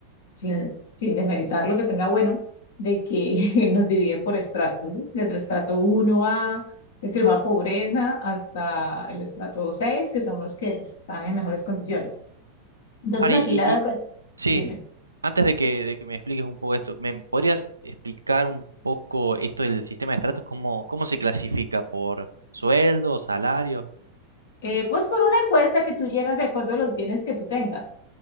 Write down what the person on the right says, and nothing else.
Mari,
y, y-
sí,
antes de que, de que me expliques un poco esto, ¿me podrías explicar un poco esto del sistema de estratos? ¿Cómo, cómo se clasifica? ¿Por sueldo, salario?